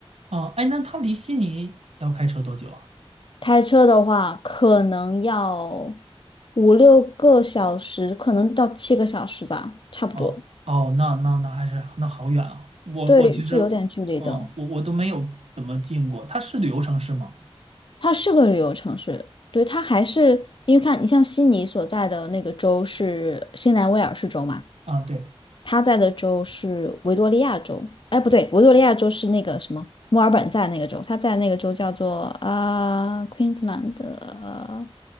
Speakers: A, on the right (about 80°); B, on the left (about 55°).
A: 啊，哎，那它离悉尼要开车多久啊？
B: 开车的话，可能要五六个小时，可能到七个小时吧，差不多。
A: 哦哦，那那那还是那好远啊！我我其实，
B: 对，是有点距离的。
A: 哦，我我都没有怎么进过。它是旅游城市吗？
B: 它是个旅游城市，对，它还是因为看你像悉尼所在的那个州是新南威尔士州嘛。
A: 啊，对
B: 他在的州是维多利亚州，哎，不对，维多利亚州是那个什么，墨尔本在那个州，他在那个州叫做啊、Queensland 的